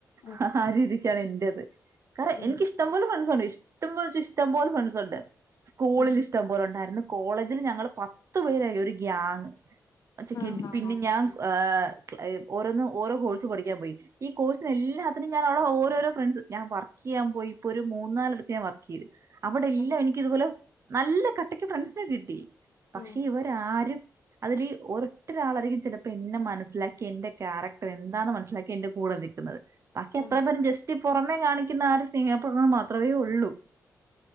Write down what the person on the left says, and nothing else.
ഉം
ഉം
ഉം
ആഹ് ആഹ്
ആഹ്
ഉം
ഉം
ഉം